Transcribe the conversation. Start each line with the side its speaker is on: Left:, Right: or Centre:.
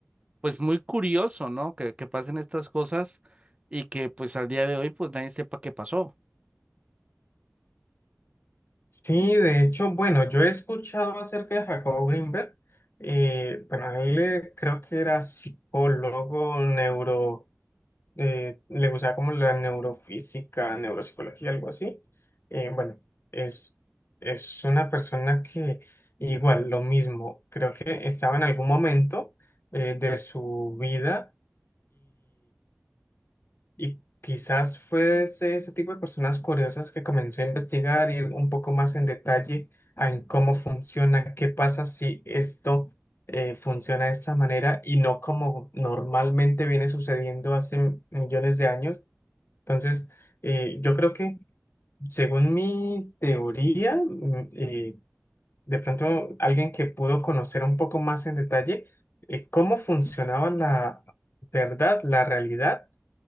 Right: pues muy curioso, ¿no? Que, que pasen estas cosas y que pues al día de hoy pues nadie sepa qué pasó.
Left: Sí, de hecho, bueno, yo he escuchado acerca de Jacobo Grinberg. eh, bueno, él eh, creo que era psicólogo, neuro, eh, le gustaba como la neurofísica, neuropsicología, algo así. Eh, bueno, es, es una persona que igual, lo mismo, creo que estaba en algún momento eh, de su vida y quizás fue ese, ese tipo de personas curiosas que comenzó a investigar ir un poco más en detalle a en cómo funciona, qué pasa si esto eh, funciona de esta manera y no como normalmente viene sucediendo hace millones de años. Entonces, eh, yo creo que según mi teoría, mm, eh, de pronto alguien que pudo conocer un poco más en detalle eh, cómo funcionaba la verdad, la realidad